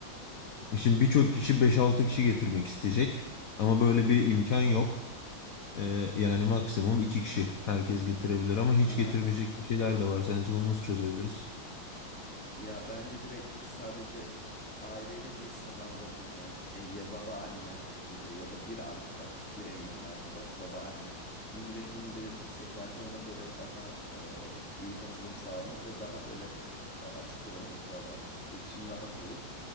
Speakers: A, on the left; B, in the centre.
A: E Şimdi birçok kişi beş altı kişi getirmek isteyecek. Ama böyle bir imkan yok. E, yani maksimum 2 kişi herkes getirebilir ama hiç
B: Evet.
A: getirmeyecek kişiler de var. Sence bunu nasıl çözebiliriz?
B: Ya bence direkt sadece aileyle bile sınırlandırabiliriz yani. E, ya baba anne gibi ya da bir arkadaş, bir en yakın arkadaş baba anne. Hani direkt bunu belirtirsek bence ona göre daha e, iyi katılım sağlanır ve daha böyle e, açık olur hani kurallar. İletişim rahat olur.